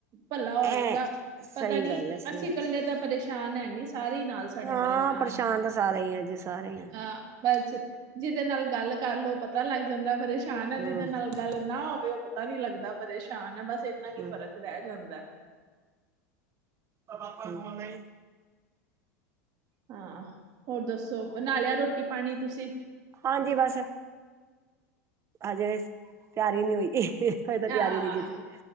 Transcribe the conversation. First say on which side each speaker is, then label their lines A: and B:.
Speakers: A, on the right; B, on the right.
A: ਭਲਾ ਹੋਏਗਾ।
B: ਐ ਸਹੀ
A: ਪਤਾ ਨੀ
B: ਗੱਲ ਹੈ ਸਹੀ
A: ਅਸੀ ਕੱਲੇ ਤਾਂ ਪਰੇਸ਼ਾਨ ਹੈਨੀ, ਸਾਰੇ ਈ ਨਾਲ ਸਾਡੇ
B: ਹਾਂ,
A: ਪਰੇਸ਼ਾਨ
B: ਪਰਸ਼ਾਨ
A: ਆ
B: ਤਾਂ ਸਾਰੇ ਈ ਐਂ, ਜੀ ਸਾਰੇ ਈ ਐਂ।
A: ਹਾਂ ਬਸ ਜਿਦੇ ਨਾਲ ਗੱਲ ਕਰ ਲੋ ਪਤਾ ਲੱਗ ਜਾਂਦੈ ਪਰੇ ਸ਼ਾਨ ਐ, ਜਿਦੇ
B: ਹਮ
A: ਨਾਲ ਗੱਲ ਨਾ ਹੋਵੇ ਓ ਪਤਾ ਨੀ ਲੱਗਦਾ ਪਰੇਸ਼ਾਨ ਐ। ਬਸ ਏਨਾ ਕ ਈ
B: ਹਮ
A: ਫ਼ਰਕ ਰੈ ਜਾਂਦੈ।
B: ਹੂੰ। ਅ ਪਾਪਾ ਨੂੰ ਫੋਨ ਲਈ।
A: ਆਂ, ਹੋਰ ਦੱਸੋ ਬਨਾ ਲਿਆ ਰੋਟੀ ਪਾਨੀ ਤੁਸੀ?
B: ਹਾਂਜੀ ਬਸ। ਹਜੇ ਤਿਆਰੀ ਨੀ ਹੋਈ। ਹਜੇ
A: ਹਾਂ
B: ਤਕ ਤਿਆਰੀ ਨੀ ਕੀਤੀ।